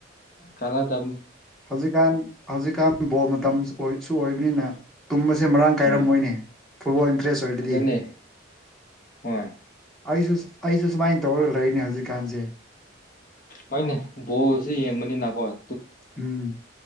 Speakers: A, on the left; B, in the centre.
A: ꯀꯥꯟꯅꯗꯥꯝꯅꯤ
B: ꯍꯧꯖꯤꯛꯀꯥꯟ ꯍꯧꯖꯤꯛꯀꯥꯟ ꯕꯣꯜ ꯃꯇꯝ ꯁꯨ ꯑꯣꯏ ꯁꯨ ꯑꯣꯏꯕꯅꯤꯅ ꯇꯨꯝꯕꯁꯦ ꯃꯔꯥꯡ
A: ꯍꯣꯏ
B: ꯀꯥꯏꯔꯝꯃꯣꯏꯅꯦ ꯐꯨꯠꯕꯣꯜ ꯏꯟꯇꯔꯦꯁ ꯑꯣꯏꯔꯗꯤ
A: ꯑꯗꯨꯅꯦ ꯍꯣꯏ
B: ꯑꯩꯁꯨ ꯑꯩꯁꯨ ꯁꯨꯃꯥꯏꯅ ꯇꯧꯔꯒ ꯂꯩꯅꯤ ꯍꯧꯖꯤꯛꯀꯥꯟꯁꯦ꯫
A: ꯍꯣꯏꯅꯦ ꯕꯣꯜꯁꯦ ꯌꯦꯡꯕꯅꯤꯅꯈꯣꯏ
B: ꯎꯝ